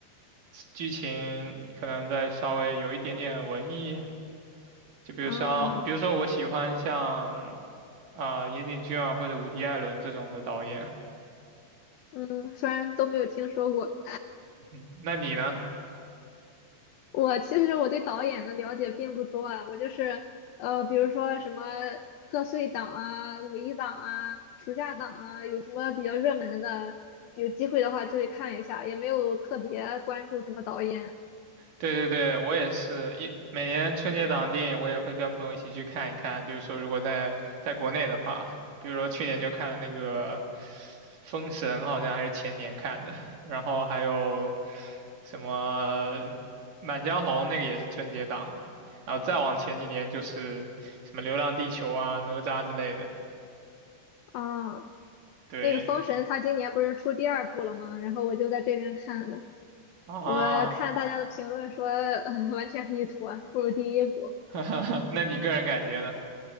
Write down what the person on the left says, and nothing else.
啊，
嗯，虽然都没有听说过。
我其实我对导演的了解并不多啊，我就是呃，比如说什么贺岁档啊、五一档啊、暑假档啊，有什么比较热门的，有机会的话就去看一下，也没有特别关注什么导演
啊。
那个《封神》它今年不是出第二部了吗？然后我就在这边看的，
我看大家的评论说，<laughs> 完全是一坨，不如第一部。